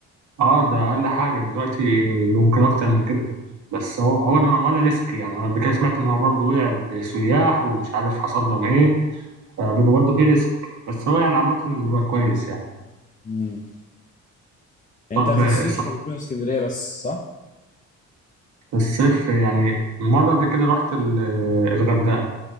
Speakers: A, on the right; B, on the left.
A: اه ده أقل حاجة دلوقتي ممكن أكتر من كده بس هو هو للأمانة ريسك يعني أنا قبل كده سمعت إن هو برضه وقع بسياح ومش عارف حصل لهم إيه فبيبقى برضه فيه ريسك بس هو يعني عامة بيبقى كويس يعني.
B: امم انت
A: طب
B: في الصيف
A: صف
B: بتروح اسكندريه بس صح
A: الصيف يعني مرة قبل كده رحت ال- الغردقة